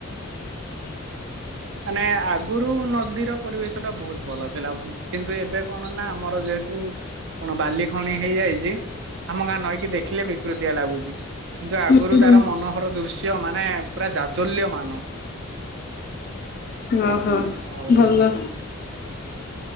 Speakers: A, on the left; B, on the right.
A: <inaudible>
B: ମାନେ ଆଗରୁ ଆରୁ ନଦୀର ପରିବେଶ ଟା ବହୁତ ଭଲ ଥିଲା କିନ୍ତୁ ଏବେ କଣ ନା ଆମର ଯେହେତୁ କଣ ବାଲି ଖଣି ହେଇଯାଇଛି ଆମ ଗାଁ ନଈକି ଦେଖିଲେ ବିକୃତିଆ ଲାଗୁଛି। କିନ୍ତୁ ଆଗରୁ
A: ହୁଁ
B: ତାର ମନୋହର ଦୃଶ୍ୟ କ ମାନେ ପୁରା ଜାଜଲ୍ୟ ମାନ।
A: ଓହୋ
B: ଆଉ
A: ଭଲ।